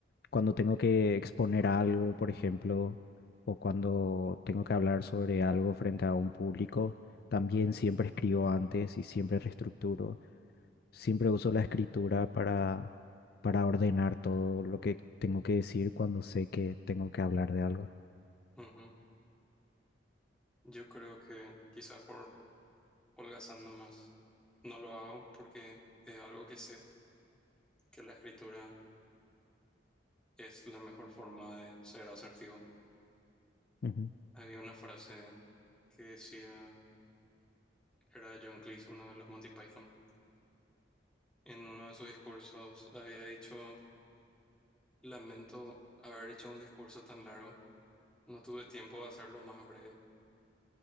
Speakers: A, on the left; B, in the centre.
A: Cuando tengo que exponer algo, por ejemplo, o cuando tengo que hablar sobre algo frente a un público, también siempre escribo antes y siempre reestructuro. Siempre uso la escritura para, para ordenar todo lo que tengo que decir cuando sé que tengo que hablar de algo.
B: Ujú, ujú. Yo creo que quizás por holgazando más. No lo hago porque es algo que sé, que la escritura es la mejor forma de ser asertivo.
A: Ujú.
B: Había una frase que decía, era de John Cleese, uno de los Monty Python en uno de sus discursos había dicho, lamento haber hecho un discurso tan largo, no tuve tiempo de hacerlo más breve.